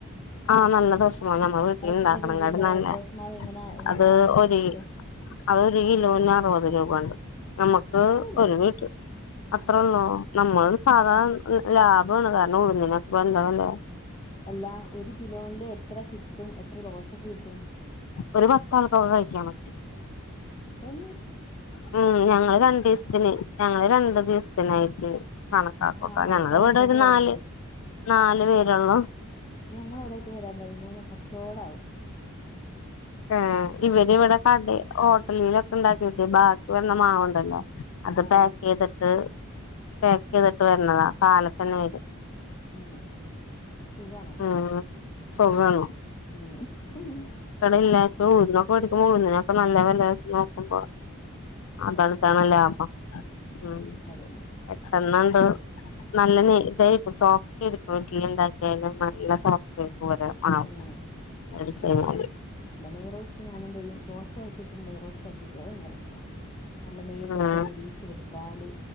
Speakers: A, on the left; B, on the left.
A: ആഹ നല്ല ദോശമാവ. നമ്മള് വീട്ടിൽ
B: അത് എത്ര
A: ണ്ടാക്കണെ
B: രൂപ
A: കാട്ടി
B: ഉണ്ടാവാ
A: നല്ല
B: ദോശമാവ് എങ്ങനാ എങ്ങനാ
A: അത്
B: വാങ്ങാ
A: ഒര്
B: എത്ര കിലോ
A: അതൊരു കിലോന് അറുപത് രൂപ ണ്ട്. നമുക്ക്
B: അത്ര
A: ഒരു വീട്ടിൽ അത്രേ ഉള്ളൂ. നമ്മളും സാധാ ലാഭാണ്. കാരണം ഉഴുന്നിനോക്കെ പ്പൊ ന്താ വില?
B: അല്ല ഒരു കിലോനില് എത്ര കിട്ടും എത്ര ദോശ കിട്ടും?
A: ഒരു പത്താൾക്കൊക്കെ കഴിക്കാ പറ്റും.
B: തൻ.
A: <inaudible> ഉം ഞങ്ങള് രണ്ടീസത്തിന്, ഞങ്ങള് രണ്ടു ദിവസത്തിനായിട്ട് കണക്കാക്കു
B: എന്നാ
A: ട്ടോ.
B: ആൾക്കാര്
A: ഞങ്ങള് വിടെ
B: ഇങ്ങോട്ട്
A: ഒരു
B: വരാൻ
A: നാല്, നാല് പേരൊള്ളൂ.
B: ഞങ്ങളവിടേക്ക് വരാൻ പറയി ങ്ങക്ക് കച്ചോടാവും.
A: ഏ
B: ഉം
A: ഇവര് ഇവിടെ കട ഹോട്ടലിലൊക്കെ ഉണ്ടാക്കിട്ട് ബാക്കി വന്ന മാവുണ്ടല്ലോ അത്
B: ആവി
A: പാക്ക്യ്തിട്ട്
B: വിക്കും
A: പാക്ക്യ്തിട്ട്
B: ഉം
A: വരണതാ കാലത്തന്നെ വരും.
B: ഉം ഉം സുഖാണല്ലോ
A: ഉം സുഖാണ്
B: ഉം ഉം
A: പാക്ക് ഉഴുന്നൊക്കെ വെടിക്കുമ്പോ ഉഴുന്നിനൊക്കെ നല്ലവെലയാ ച്ച്നോക്കുമ്പോ. അതാണൊതാണോ
B: അത് ശരിയാ
A: ലാഭം ഉം
B: അതന്നെ
A: എത്രണ്ണണ്ട് നല്ല നെ തായിരിക്കും സോഫ്റ്റ് ആയിരിക്കും ഇഡലി ഉണ്ടാക്കിയാല് നല്ല സോഫ്റ്റ. പോത് ആ
B: പിന്നെ
A: എടെ ചെയാല്
B: നെയ്റോസ്റ്റ് ഞാനെന്തെയ്യും ദോശചുട്ടി നെയ്റോസ്റ്റാക്കിട്ട് അ ഭയങ്കരഷ്ട. നല്ല നെയ്യൊക്കെ
A: ആഹ്
B: ഇട്ട് മൊരീച്ച്കൊടുത്താല്